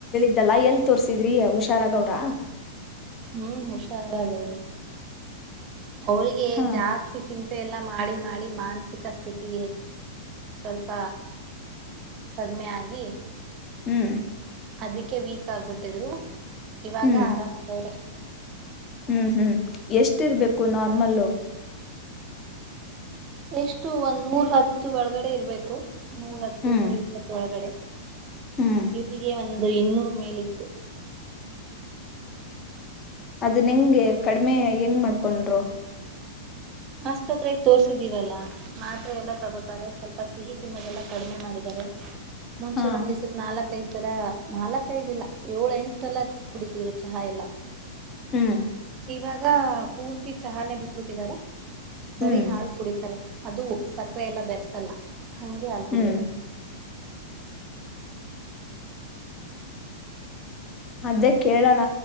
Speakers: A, on the left; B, on the right.
A: ಲ್ಲಾ ಎಲ್ ತೋರ್ಸಿದ್ರಿ ಹುಷಾರಾಗ ಅವ್ರ
B: ಹ್ಮ್ ಹುಷಾರಾಗ್ವಾರೆ ಅವರಿಗೆ
A: ಹಾ
B: ಜಾಸ್ತಿ ಚಿ <unintelligible> ಮ <unintelligible> ಎಲ್ಲ ಮಾಡಿ ಮಾಡಿ ಮಾನಸಿಕ ಸ್ಥಿತಿ ಸ್ವಲ್ಪ ಕಡಿಮೆ ಆಗಿ
A: ಹ್ಮ್
B: ಅದಕ್ಕೆ ವೀಕ್ ಆಗ್ಬಿಟ್ಟಿದ್ರು ಇವಾಗ
A: ಹ್ಮ್
B: ಆರಾಮಗವ್ರೆ
A: ಹ್ಮ್ ಹ್ಮ್ ಎಷ್ಟಿರ್ಬೇಕು ನಾರ್ಮಲ್ಲು
B: ಎಷ್ಟು ಒಂದ್ ನೂರ್ ಹತ್ತು ಒಳಗಡೆ ಇರ್ಬೇಕು ನೂರ ಹತ್ತು
A: ಹ್ಮ್
B: ನೂರ ಇಪ್ಪತ್ತ ಒಳಗಡೆ
A: ಹ್ಮ್
B: ಇವ್ರರಿಗೆ ಒಂದು ಇನ್ನೂರ್ ಮೇಲಿತ್ತು
A: ಅದನ್ ಹೆಂಗೆ ಕಡಿಮೆ ಹೆಂಗ ಮಾಡ್ಕೊಂಡರು
B: ಆಸ್ಪತ್ರೆಗ್ ತೋರ್ಸಿದೀವಲ್ಲಾ ಮಾತ್ರೆ ಎಲ್ಲಾ ತಗೋತಾರೆ ಸ್ವಲ್ಪ ಸಿಹಿ ತಿನ್ನೋದೆಲ್ಲಾ ಕಡಿಮೆ ಮಾಡಿದಿದ್ದಾರೆ ಮುಂಚೆ
A: ಹಾ
B: ಒಂದಿಸಕ್ ನಾಲ್ಕೈದು ಸಲ ನಾಲ್ಕ ಐದಿಲ್ಲ ಏಳು ಎಂಟು ಸಲ ಕುಡಿತಿದ್ರು ಚಹಾ ಎಲ್ಲ
A: ಹ್ಮ್
B: ಇವಾಗ ಪೂರ್ತಿ ಚಹಾನೆ ಬಿಟ್ಟ ಬಿಟ್ಟಿದಾರೆ
A: ಹ್ಮ್
B: ಬರೀ ಹಾಲು ಕುಡಿತಾರೆ ಅದು ಸಕ್ಕರೆ ಎಲ್ಲಾ ಬೆರೆಸಲ್ಲ ಹಂಗೆ ಹಾಲ್ ಕುಡಿಯೋದು
A: ಹ್ಮ್ ಅದೇ ಕೇಳೋಣ